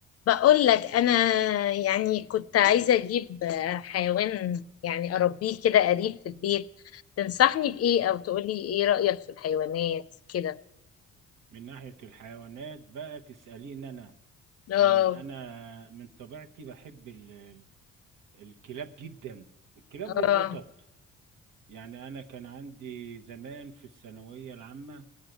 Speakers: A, on the left (about 50°); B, on the right (about 85°).
A: بقول لك انا يعني كنت عايزه اجيب حيوان يعني اربيه كده قريب في البيت تنصحني بايه او تقولي ايه رايك في الحيوانات كده
B: من ناحية الحيوانات بقى تسأليني أنا
A: اه
B: لأن أنا من طبيعتي بحب ال- ال- الكلاب جدا الكلاب
A: اه
B: والقطط يعني أنا كان عندي زمان في الثانوية العامة